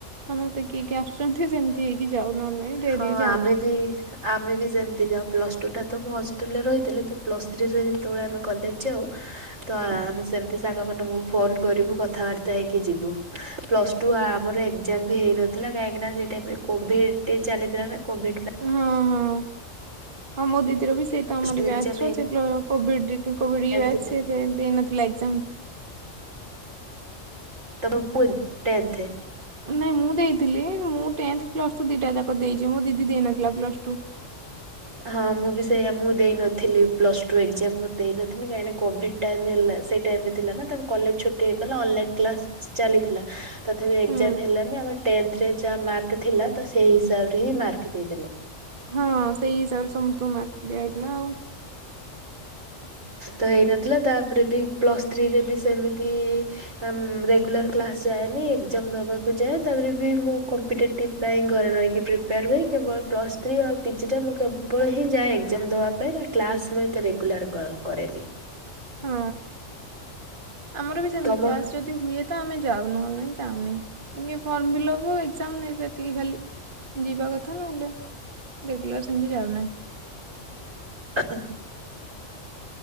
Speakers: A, on the right (about 45°); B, on the right (about 85°).
A: ସମସ୍ତେ କିଏ କିଏ ଆସୁଛନ୍ତି, ସେମ ତି ହେକି ଯାଉ ନହେଲେନାଇ ଡେ଼ଲି
B: ହଁ
A: ଯାଉନା।
B: ଆମେ ବି ଆମେ ବି ସେମିତି ଯାଉ ପ୍ଲ ସ ଟୁ ଟା ତ ମୁଁ ହଷ୍ଟେଲରେ ରହିଥିଲି, ତ ପ୍ଲ ସ୍ ଥ୍ରୀରେ ଯେତେବେଳେ ଆମେ କଲେଜ ଯାଉ, ତ ଆମେ ସେମତି ସାଙ୍ଗମାନଙ୍କୁ ଫୋନ କରିବୁ କଥାବାର୍ତ୍ତା ହେଇକି ଯିବୁ, ପ୍ଲସ ଆମର ଏକ୍ଜାମ ବି ହେଇନଥିଲା, କାହିଁକିନା ସେଇ ଟାଇମରେ କୋଭିଡ଼ ଚାଲିଥିଲା ନା କୋଭିଡ଼ ପା
A: ହଁ -ହଁ -ହଁ ମୋ ଦିଦିର ବି ସେଇ ତମରି
B: ପ୍ଲସ ଟୁ
A: ବ୍ୟାଚ
B: ଏକ୍ଜାମ
A: ର ସେ କୋଭିଡି଼
B: ହେଇନଥିଲା
A: ଦେଇନଥିଲା ଏକଜାମ୍।
B: ତମ ପୁଅ ଟେନ୍ଥେ
A: ନାଇଁ ମୁଁ ଦେଇଥିଲି ମୁଁ ଟେନ୍ଥ ପ୍ଲସଟୁ ଦିଇଟା ଯାକ ଦେଇଚି ମୋ ଦିଦି ଦେଇନଥିଲା ପ୍ଲସ ଟୁହ
B: ହଁ ମୁଁ ବି ସେୟଆ ମୁଁ ଦେଇନଥିଲି ପ୍ଲସ ଟୁ ଏଗଜାମ ଦେଇନଥିଲି କାହିଁକିନା କୋଭିଡ ଟାଇମ ହେଲା ସେଇ ଟାଇମ ବି ଥିଲାନା ତା କଲେଜ୍ ଛୁଟି ହେଇଗଲା ଅନଲାଇନ କ୍ଲାସ୍ ଚାଲିଥିଲା ତଥାପି ଏଗଜାମ
A: ହୁଁ
B: ହେଲାନି ଆମର ଟେନ୍ଥରେ ଯାହା ମାର୍କ ଥିଲା ତ ସେଇ ହିସାବରେ ହିଁ ମାର୍କ ଦେଇଦେଲେ।
A: ହଁ ସେଇ ହିସାବରେ ସମସ୍ତଙ୍କୁ ମାର୍କ ଦିଆହେଇଥିଲା।
B: ତ ହେଇନଥିଲା ତାପରେ ବି ପ୍ଲସ୍ ଥ୍ରୀରେ ବି ସେମିତି ଆଁ ରେଗୁଲାର କ୍ଲାସ ଯାଏନି ଏଗଜାମ ଦବାକୁ ଯାଏ ତାପରେ ବି ମୁଁ କମ୍ପିଟେଟିବ ପାଇଁ ଘରେ ରହିକି ପ୍ରିପେୟାର ହୁଏ କେବଳ ପ୍ଲସ୍ ଥ୍ରୀ ଆଉ ପି ଜିଟା ମୁଁ କେବଳ ହିଁ ଯାଏ ଏଗଜାମ ଦବା ପାଇଁ ଆ କ୍ଲାସ ମୁଁ ଏତେ ରେଗୁଲାର କର କରେନି।
A: ହଁ ଆମର ବି ସେମତି
B: ତମ
A: କ୍ଲାସରେ ହୁଏ ତ ଆମେ ଯାଉ ନହେଲେ ନାଇଁ ଯାଉନି ଇଏ ଫର୍ମ ଫିଲପକୁ ଏକଜାମ୍ ନାଇ ସେତିକି ଖାଲି ଯିବା କଥା ନହେଲେ ରେଗୁଲାର ସେମତି ଯାଉନାହିଁ।
B: ଉଁ।